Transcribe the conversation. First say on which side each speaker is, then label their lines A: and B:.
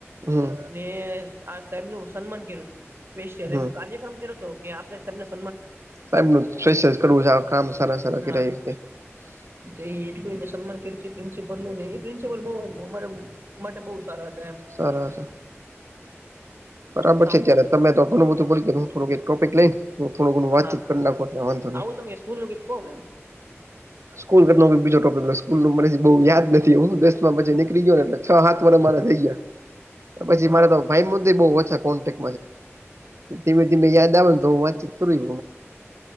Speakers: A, on the right (about 70°); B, on the right (about 55°).
A: હમ
B: ને આ સાહેબનું સન્માન કર્યું હતું, સ્પેશિયલ
A: હમ
B: એમ કાર્યક્રમ કર્યો હતો. આપણે સને
A: સાહેબ <unintelligible> કરવું છે આખા આમ સારા સારા
B: હા
A: કરે છે.
B: એટલું એને સન્માન કર્યું પ્રિન્સપલનું એ પ્રિન્સિપલ બી અમારે માટે બહુ સારા હતા એમ.
A: સરસ. બરાબર
B: આવું
A: છે ત્યારે,
B: બધું
A: તમે તો ઘણું બધું બોલી ગયા હું થોડું એક ટોપિક લઈ હું થોડ ઘણુ વાતચીત
B: હા
A: કરી નાખો, એટલે વાંધો
B: આવું
A: નહિ
B: તમે સ્કૂલનું કહો એમ.
A: સ્કૂલ કરતા બીજો ટોપિક સ્કૂલનું મેં બો યાદ નથી. હું દસમાં પછી નીકળીયોને એટલે હ -સાત વર્ષ મારે થઈ ગયા.
B: <inaudible>
A: પછી મારે તો
B: હા
A: ભાઈ મુદે બો ઓછા કોન્ટેક તે બધી મે યાદ આવે ને તો હું વાતચીત કરું